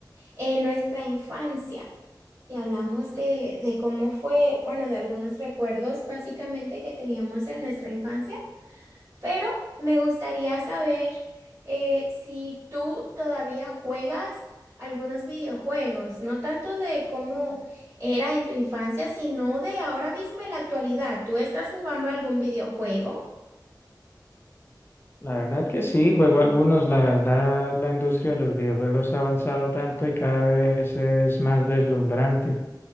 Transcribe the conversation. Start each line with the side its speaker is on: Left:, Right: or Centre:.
Right: eh, nuestra infancia y hablamos de, de cómo fue, bueno, de algunos recuerdos básicamente que teníamos en nuestra infancia. Pero me gustaría saber eh, si tú todavía juegas algunos videojuegos, no tanto de cómo era en tu infancia, sino de ahora mismo en la actualidad. ¿Tú estás jugando algún videojuego?
Left: La verdad que sí, juego algunos, la verdad la industria de los videojuegos ha avanzado tanto y cada vez es más deslumbrante.